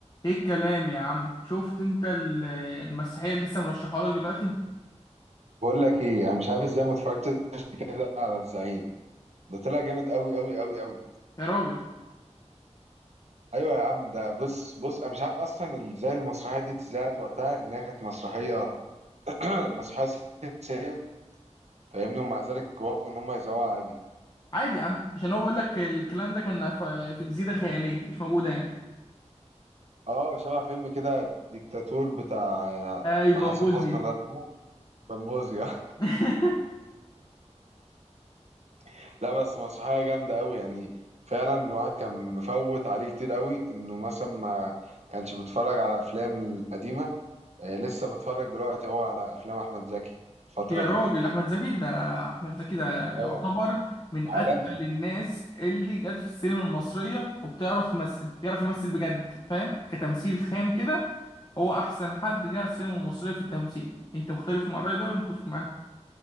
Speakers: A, on the left (about 35°); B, on the right (about 65°).
A: ايه الكلام يا عم شفت انت ال- المسرحيه اللي لسه مرشحها لك دلوقتي
B: بقول لك ايه انا مش عارف ازاي ما اتفرجتش كده على الزعيم ده طلع جامد قوي قوي قوي قوي
A: يا راجل
B: ايوه يا عم ده بص بص انا مش عارف اصلا ازاي المسرحيه دي اتذاعت وقتها انها كانت مسرحيه <clears throat> مسرحيه سياسيه فاهمني ومع ذلك وافقوا ان هم يذاعوها عادي
A: عادي يا عم عشان هو بيقول لك الكلام ده كان ف- في جزيره خياليه مش موجوده يعني
B: اه شبه فيلم كده ديكتاتور بتاع
A: اي
B: مع
A: بامبوزيا
B: حسن حسني الله يرحمه بمبوزيا
A: <laughs>
B: <laughs> لا بس مسرحيه جامده قوي يعني فعلا الواحد كان مفوت عليه كتير قوي انه مثلا ما كانش بيتفرج على افلام قديمه آه، لسه بتفرج دلوقتي هو على افلام احمد زكي الفتره
A: يا
B: دي
A: راجل احمد زكي ده احمد زكي ده يعتبر
B: اه
A: من اتقل
B: عالمي
A: الناس اللي جت في السينما المصريه وبتعرف تمثل بيعرف يمثل بجد فاهم كتمثيل خام كده هو احسن حد جه على السينما المصريه في التمثيل انت مختلف مع الراي ده ولا متفق معاه